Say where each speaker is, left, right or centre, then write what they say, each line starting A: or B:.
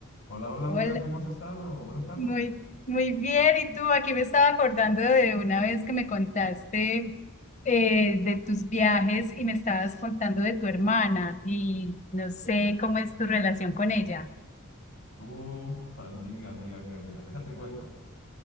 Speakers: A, on the left; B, on the left.
A: Hola, hola amiga,
B: Hola,
A: ¿cómo has estado? Buenas tardes.
B: muy, muy bien. ¿Y tú? Aquí me estaba acordando de una vez que me contaste eh, de tus viajes y me estabas contando de tu hermana y no sé cómo es tu relación con ella.
A: Uf, amiga, amiga, amiga, mira, déjate cuento.